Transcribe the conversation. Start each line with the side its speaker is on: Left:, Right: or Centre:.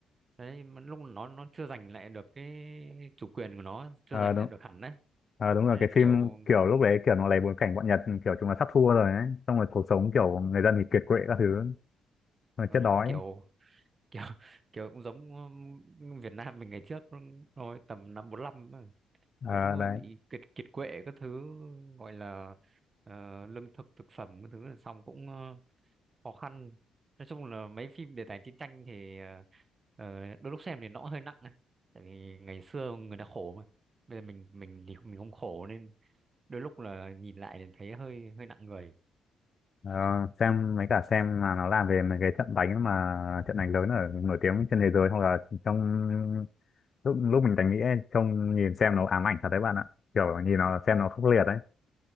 Right: đấy mà lúc nó nó chưa giành lại được cái chủ quyền của nó chưa
Left: ờ
Right: giành
Left: đúng
Right: lại được hẳn đấy
Left: ờ đúng rồi
Right: Thế nên
Left: cái
Right: kiểu
Left: phim kiểu lúc đấy kiểu nó lấy bối cảnh bọn Nhật kiểu chúng là sắp thua rồi ấy xong rồi cuộc sống kiểu người dân thì kiệt quệ các thứ rồi
Right: ở
Left: chết
Right: đấy
Left: đói
Right: kiểu kiểu <laughs> kiểu cũng giống um, Việt Nam mình ngày trước thôi tầm năm 45 ấy,
Left: ờ
Right: cũng ờ,
Left: đấy
Right: bị kiệt kiệt quệ các thứ gọi là ờ, lương thực thực phẩm các thứ là xong cũng ờ, khó khăn nói chung là mấy phim đề tài chiến tranh thì ờ, ờ, đôi lúc xem thì nó cũng hơi nặng ấy. tại vì ngày xưa người ta khổ mà bây giờ mình mình thì mình không khổ nên đôi lúc là nhìn lại thì thấy hơi hơi nặng người
Left: Ờ, xem mấy cả xem là nó làm về mấy cái trận đánh mà trận đánh lớn ở nổi tiếng trên thế giới hoặc là trong lúc lúc mình đánh Mỹ ấy, trông nhìn xem nó ám ảnh thật đấy bạn ạ kiểu nhìn nó xem nó khốc liệt đấy